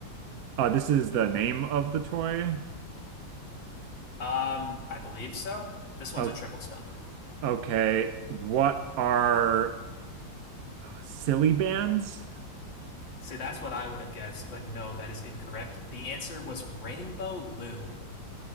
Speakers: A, on the right (about 65°); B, on the left (about 80°).
A: Uh this is the name of the toy.
B: Um, I believe so. This one's
A: Oh,
B: a triple stumper.
A: okay. What are silly bands?
B: See, that's what I would have guessed, but no, that is incorrect. The answer was Rainbow Loom.